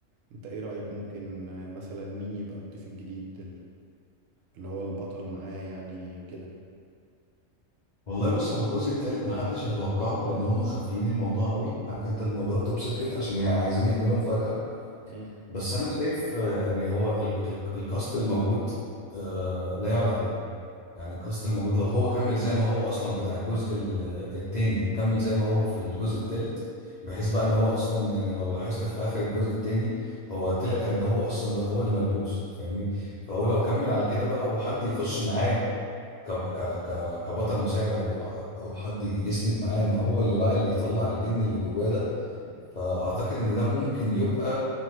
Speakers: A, on the right (about 80°); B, on the left (about 55°).
A: أنت إيه رأيك ممكن مثلا مين يبقى الضيف الجديد اللي هو البطل معاه يعني كده
B: والله بص هو الجزء التالت محدش هيتوقعه لان هم خافيين الموضوع قوي عارف انت الموضوع توب سيكريت عشان عايزين يعملوا مفاجأة
A: مم.
B: بس انا شايف آه، يعني هو ال- ال- الكاست اللي موجود آه، لا يعلى عليه يعني الكاست اللي موجود لو هو كمل زي ما هو اصلا بتاع الجزء ال- التاني كمل زي ما هو في الجزء التالت بحيث بقى ان هو اصلا يعني لو لاحظت في اخر الجزء التاني هو طلع ان هو اصلا بقى هو اللي ملبوس فاهمني فهو لو كمل على كده بقى وحد يخش معاه ك ك ك كبطل مساعد او او حد يسند معاه ان هو اللي بقى اللي يطلع الجن اللي جواه ده فاعتقد ان ده ممكن يبقى